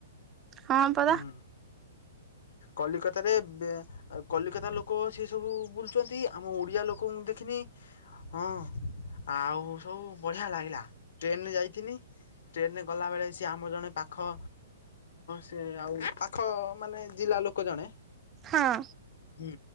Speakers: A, on the right; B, on the left.
A: ହଁ ପରା
B: ହୁଁ। କଲିକତାରେ କଲିକତା ଲୋକ ସେ ସବୁ ବୁଲୁଛନ୍ତି ଆମ ଓଡ଼ିଆ ଲୋକଙ୍କୁ ଦେଖିନି। ହଁ ଆଉ ସବୁ ବଢିଆ ଲାଗିଲା ଟ୍ରେନରେ ଯାଇଥିନି। ଟ୍ରେନେ ଗଲାବେଳେ ସିଏ ଆମ ଜଣେ ପାଖ ସେ ଆଉ ପାଖ ମାନେ ଜିଲ୍ଲା ଲୋକ କ ଜଣେ।
A: ହଁ।
B: ହୁଁ